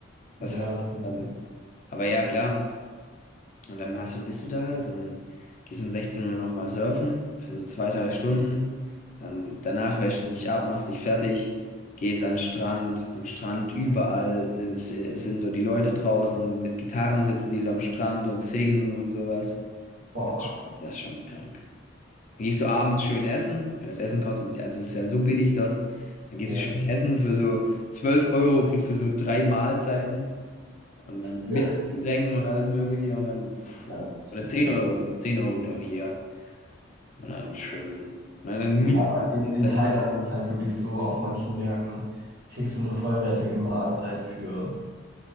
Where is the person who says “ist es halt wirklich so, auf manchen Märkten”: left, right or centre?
Right